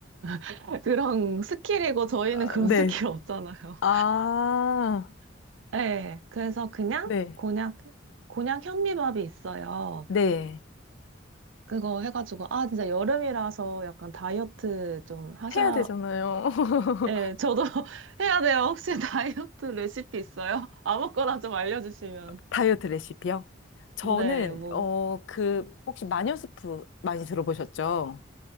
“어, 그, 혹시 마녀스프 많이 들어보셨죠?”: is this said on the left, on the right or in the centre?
Left